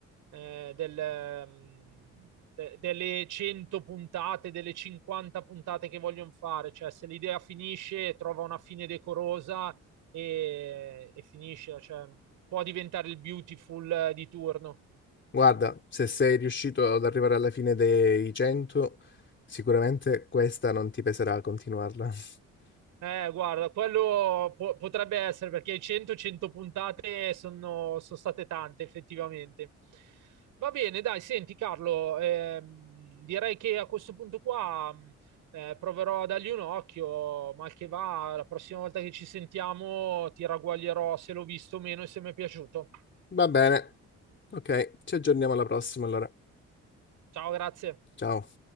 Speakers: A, on the right (about 80°); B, on the left (about 40°).
A: eh, del, ehm, de- delle 100 puntate, delle 50 puntate che vogliono fare, cioè se l'idea finisce, trova una fine decorosa e, e finisce, cioè, può diventare il beautiful eh, di turno.
B: Guarda, se sei riuscito ad arrivare alla fine dei 100, sicuramente questa non ti peserà a continuarla. <laughs>
A: Eh, guarda, quello po- potrebbe essere perché 100-100 puntate sono, sono state tante, effettivamente. Va bene, dai, senti Carlo, ehm, direi che a questo punto qua mh, eh, proverò a dargli un occhio, mal che va, la prossima volta che ci sentiamo ti ragguaglierò se l'ho visto o meno e se mi è piaciuto.
B: Va bene, ok, ci aggiorniamo alla prossima allora.
A: Ciao, grazie.
B: Ciao.